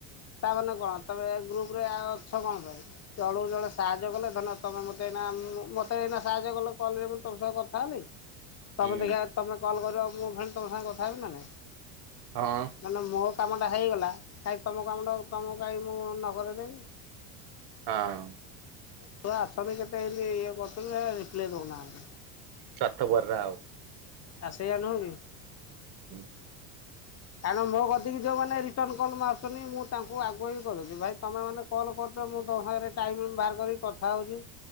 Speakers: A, on the left (about 35°); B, on the right (about 55°).
A: ତାମାନେ କଣ ତମେ ଏ ଗ୍ରୁପରେ ଆ ଅଛ କଣ ପାଇଁ? ଜଣକୁ ଜଣେ ସାହାଯ୍ୟ କଲେ, ଧରି ନିଅ ତମେ ମତେ ଏଇନା ଉମ୍ ମତେ ଏଇନା ସାହାଯ୍ୟ କଲ, କଲରେ ମୁଁ ତମ ସହ କଥା ହେଲି ତମେ
B: ହୁଁ
A: ଦେଖିଆ ତମେ କଲ କରିବ ମୁଁ ଫୁଣି ତମ ସାଙ୍ଗେ କଥା ହେବି ନା ନାଇଁ।
B: ହଁ
A: ଧରି ନିଅ ମୋ କାମ ଟା ହେଇଗଲା, କାଇଁ ତମ କାମଟାକୁ ତମକୁ କାହିଁ ମୁଁ ନକରେଇଦେବି।
B: ହଁ।
A: ଛୁଆ ଅଛନ୍ତି କେତେ ଏନ୍ତି ଇଏ କରୁଛନ୍ତି, ରିପ୍ଲାଏ ଦଉନାହାଁନ୍ତି।
B: ସ୍ୱାର୍ଥପରରା ଆଉ।
A: ଆ ସେୟା ନୁହଁ କି?
B: ହୁଁ।
A: କାରଣ ମୋ କତିକି ଯୋଉମାନେ ରିଟର୍ଣ କଲ ମାରୁଛନ୍ତି ମୁଁ ତାଙ୍କୁ ଆଗୁଆ ବି କହିଦଉଛି ଭାଇ ତମେମାନେ କଲ୍ କରୁ ମୁଁ ତମ ସାଙ୍ଗରେ ଟାଇମ ବାହାର କରିକି କଥା ହଉଛି।